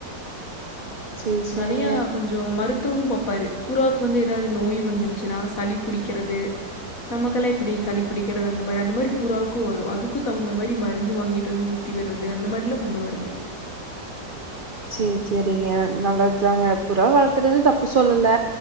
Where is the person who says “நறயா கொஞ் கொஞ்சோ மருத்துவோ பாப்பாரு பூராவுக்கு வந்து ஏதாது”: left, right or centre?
Left